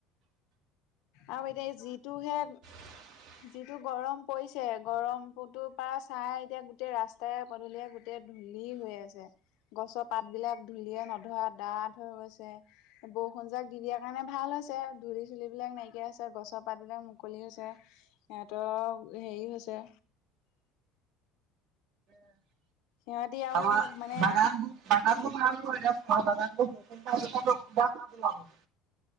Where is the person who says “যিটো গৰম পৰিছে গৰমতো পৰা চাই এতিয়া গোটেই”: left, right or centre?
Left